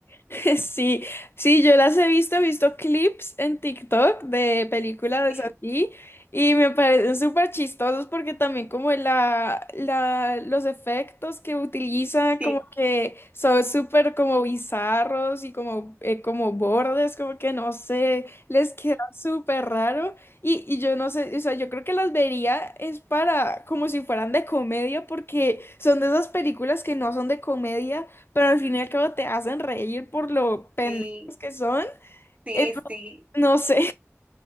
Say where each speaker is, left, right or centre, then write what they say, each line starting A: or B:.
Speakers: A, on the left; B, on the right.
A: <laughs> Sí, sí, yo las he visto, he visto clips en TikTok de películas
B: <laughs>
A: así y me parecen súper chistosos porque también como la, la, los efectos que utiliza
B: Sí,
A: como que son súper como bizarros y como, eh, como bordes, como que no sé, les queda súper raro y, y yo no sé, o sea, yo creo que las vería es para como si fueran de comedia porque son de esas películas que no son de comedia pero al fin y al cabo te hacen reír por lo pendejos
B: sí,
A: que son.
B: sí,
A: Eh,
B: sí, sí.
A: no sé.